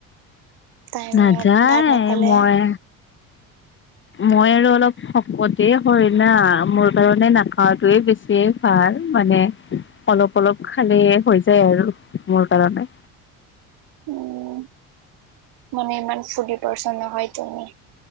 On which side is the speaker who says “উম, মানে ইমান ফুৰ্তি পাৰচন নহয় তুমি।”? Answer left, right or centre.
Right